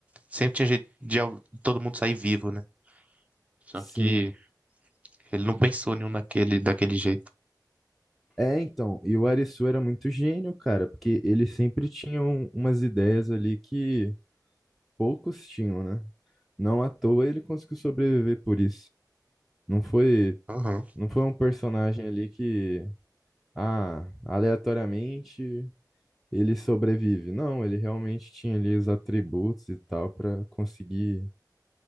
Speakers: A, on the right; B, in the centre.
A: sempre tinha jeito de al- todo mundo sair vivo, né? Só
B: Sim.
A: que ele não pensou nenhum daquele daquele jeito.
B: É, então, e o Arisu era muito gênio, cara, porque ele sempre tinha um- umas ideias ali que poucos tinham, né? Não à toa ele conseguiu sobreviver por isso. Não foi,
A: Aham.
B: não foi um personagem ali que, ah, aleatoriamente ele sobrevive. Não, ele realmente tinha ali os atributos e tal pra conseguir